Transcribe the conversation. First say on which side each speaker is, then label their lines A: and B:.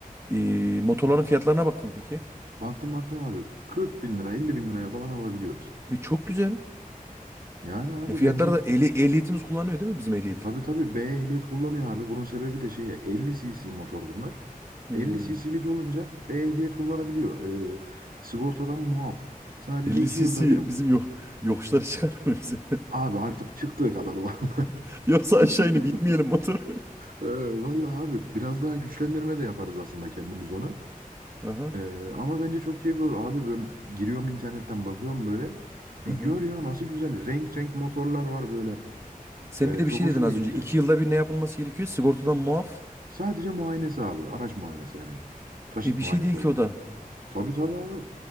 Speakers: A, on the right; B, on the right.
A: e, motorların fiyatlarına baktın peki.
B: Baktım baktım abi 40 bin lira 50 bin liraya falan alabiliyoruz.
A: E, çok güzel.
B: Yani abi
A: E, fiyatları
B: bence
A: da ehli, ehliyetimiz kullanıyor değil mi bizim ehliyet?
B: tabii tabii B ehliyet kullanıyor abi. Bunun sebebi de şeye 50 cc motor bunlar.
A: Hmm.
B: 50 cc'lik olunca B ehliyet kullanabiliyor. Ee, sigortadan muaf. Sadece
A: 50
B: 2
A: cc
B: yılda bir
A: bizim yok yokuşlara çıkar mı bizim?
B: abi artık çıktığı kadar vallahi.
A: <laughs> Yoksa aşağı
B: <laughs>
A: inip itmeyelim motoru.
B: Ee, vallahi abi biraz daha güçlendirme de yaparız aslında kendimiz ona.
A: Aha.
B: Ee, ama bence çok keyifli olur. Abi ben giriyorum internetten bakıyorum böyle. Bir
A: Hı hı.
B: gör ya nasıl güzel. Renk renk motorlar var böyle.
A: Sen
B: Ee,
A: bir de bir
B: çok
A: şey
B: hoşuma
A: dedin az
B: gitti.
A: önce. İki yılda bir ne yapılması gerekiyor? Sigortadan muaf.
B: Sadece muayenesi abi. Araç muayenesi hani. Taşıt
A: E bir
B: muayenesi
A: şey değil
B: olarak.
A: ki o da.
B: Tabii tabii abi.